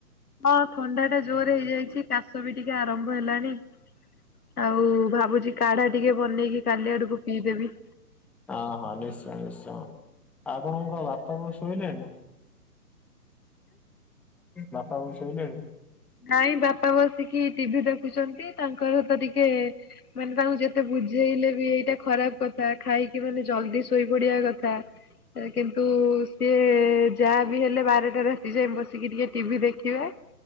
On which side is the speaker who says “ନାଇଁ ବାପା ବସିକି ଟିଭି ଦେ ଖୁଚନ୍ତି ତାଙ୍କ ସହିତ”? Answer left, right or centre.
Left